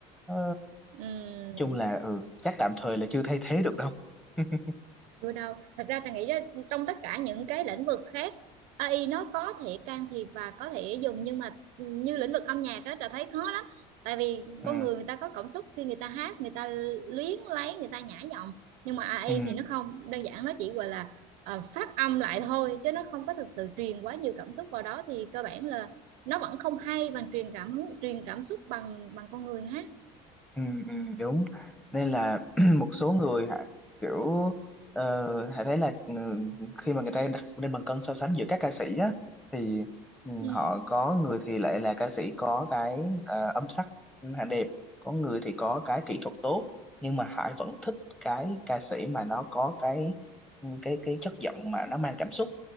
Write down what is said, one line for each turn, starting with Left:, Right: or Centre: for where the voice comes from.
Centre: ờ,
Right: ừ.
Centre: chung là ừ chắc tạm thời là chưa thay thế được đâu <laughs>
Right: Chưa đâu, thật ra Trà nghĩ á, trong tất cả những cái lĩnh vực khác AI nó có thể can thiệp và có thể dùng nhưng mà như lĩnh vực âm nhạc đó Trà thấy khó lắm tại vì
Centre: ừ,
Right: con người người ta có cảm xúc khi người ta hát người ta luyến lấy người ta nhả giọng nhưng mà AI
Centre: ừ.
Right: thì nó không đơn giản nó chỉ gọi là ờ, phát âm lại thôi chứ nó không có thực sự truyền quá nhiều cảm xúc vào đó thì cơ bản là nó vẫn không hay bằng truyền cảm hứng truyền cảm xúc bằng bằng con người hát
Centre: Ừ, ừ, đúng nên là <clears throat> một số người hả kiểu uh, hãy thấy là ừ, khi mà người ta đặt lên bàn cân so sánh giữa các ca sĩ á thì ừ,
Right: ừ,
Centre: họ có người thì lại là ca sĩ có cái ờ, âm sắc ừ, hả đẹp có người thì có cái kỹ thuật tốt nhưng mà Hải vẫn thích cái ca sĩ mà nó có cái ừ, cái cái chất giọng mà nó mang cảm xúc